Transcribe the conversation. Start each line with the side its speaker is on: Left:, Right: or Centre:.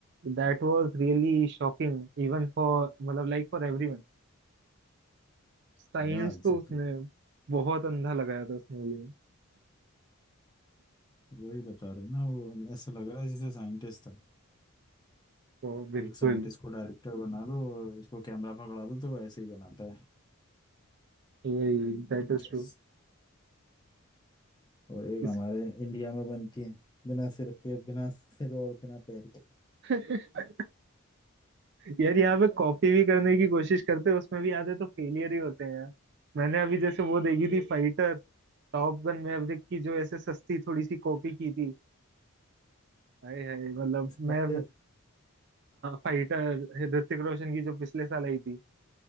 Right: That was really shocking even for मतलब लाइक फॉर एवरीवन साइंस
Left: या एग्जैक्टली
Right: तो उसने बहुत अंधा लगाया था उस मूवी
Left: exactly. वही बता रहे ना वो ऐसा लग रहा है जैसे साइंटिस्ट था
Right: तो बिल्कुल
Left: एक साइंटिस्ट को डायरेक्टर बना दो और उसको कैमरा पकड़ा दो तो वो ऐसे ही बनाता है
Right: वही दैट
Left: पिक्चर्स
Right: इज ट्रू
Left: और एक
Right: इस
Left: हमारे इंडिया में बनती है बिना सिर के बिना सिर और बिना पैर के
Right: <laughs> यार यहाँ पे कॉपी भी करने की कोशिश करते हैं उसमें भी आधे तो फेलियर ही होते हैं यार मैंने अभी जैसे वो देखी थी फाइटर टॉप गन मैवरिक की जो ऐसे सस्ती थोड़ी सी कॉपी की थी हाय हाय मतलब
Left: स्पाइडर
Right: मैं फाइटर ऋतिक रोशन की जो पिछले साल आई थी